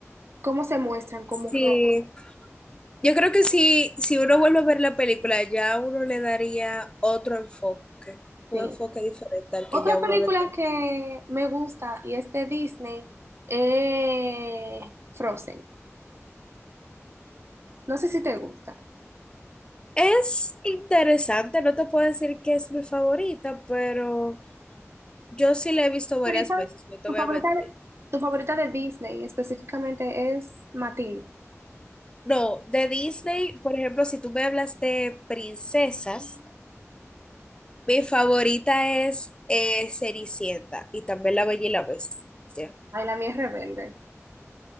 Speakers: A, on the right; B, on the left.
A: cómo se muestran como
B: Sí,
A: rojos.
B: Yo creo que si, si uno vuelve a ver la película, ya uno le daría otro enfoque, un
A: Sí.
B: enfoque diferente al
A: Otra
B: que ya uno
A: película
B: le tiene.
A: que me gusta y es de Disney, eh, Frozen. No sé si te gusta.
B: Es interesante, no te puedo decir que es mi favorita, pero yo sí la he visto varias
A: Ahorita,
B: veces, no te
A: Tu
B: voy
A: favorita,
B: a mentir.
A: tu favorita de Disney específicamente es Matilde.
B: No, de Disney, por ejemplo, si tú me hablas de princesas, mi favorita es eh, Cenicienta y también La Bella y la Bestia.
A: Ay, la mía es rebelde.